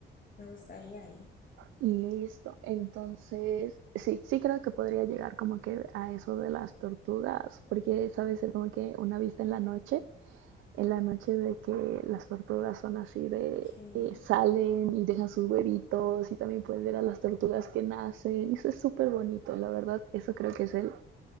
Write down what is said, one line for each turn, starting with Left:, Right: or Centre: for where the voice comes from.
Left: Me gustaría ir.
Right: Y listo. Entonces, sí, sí creo que podría llegar como que a eso de las tortugas, porque sabe ser como que una vista en la noche, en la noche de que las tortugas son así de
Left: ¿Qué,
Right: eh, salen y dejan sus huevitos y también pueden ver a las tortugas que nacen. Eso es súper bonito, la verdad. Eso creo que es el,